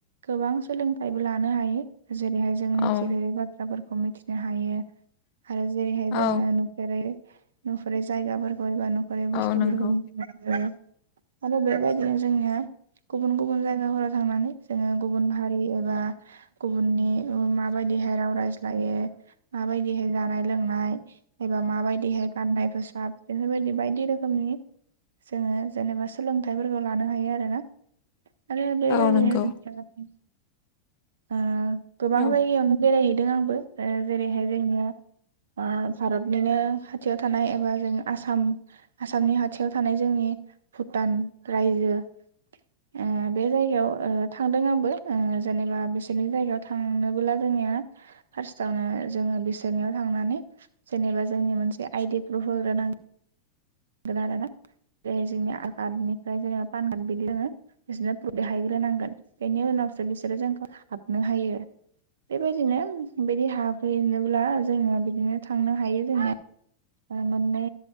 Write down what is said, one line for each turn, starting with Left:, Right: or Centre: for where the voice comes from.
Right: गोबां सोलोंथाइबो लानो हायो। जेरैहाय जोङो
Left: औ
Right: मिथिफेरै बाथ्राफोरखौ मिथिनो हायो। हारो जेरैहाय जोङो
Left: औ
Right: नुफेरै नुफेरै जायगाफोरखौ एबा नुफेरै बुस्थुफोरखौ
Left: औ नंगौ
Right: आरो आरो बेबायदिनो जोंनिया गुबुन गुबुन जायगाफोराव थांनानै जोङो गुबुन हारि एबा गुबुननि ओ माबाय दिहोराव रायज्लायो मा माबायदिहाय जानाय लोंनाय एबा माबायदिहाय गाननाय फोसाब बेफोरबायदि बायदि रो खोमनि जोङो जेनेबा सोलोंथाइफोरखौ लानो हायो आरो ना। आरो बेबायदिनो
Left: औ नंगौ
Right: जोंहा <unintelligible> आ गोबां
Left: औ
Right: जायगायावनो बेरायहैदों आंबो। ओ जेरैहाय जोंनिया ओ भारतनिनो खाथियाव थानाय एबा जों आसाम आसामनि हाथियाव थानाय जोंनि भुटान रायजो ओ बे जायगायाव ओ थांदों आंबो। ओ जेनेबा बिसोरनि जायगायाव थांनोबोला जोंनिया फार्स्ट आवनो जोङो बिसोरनियाव थांनानै जेनेबा जोंनि मोनसे आइडि प्रुफ होग्रो नां गोन आरो ना। बे जोंनि आरकार्डनिफ्राय जेनेबा पान काड बिदि दोङो बिसोरनो प्रुफ देखाय ग्रोनांगोन बेनि उन नावसो बिसोरो जों हाबनो हायो, बेबायदिनो हाबहैनो बुला जोङो बिदिनो थांनो हायो जोङो ओ मोनने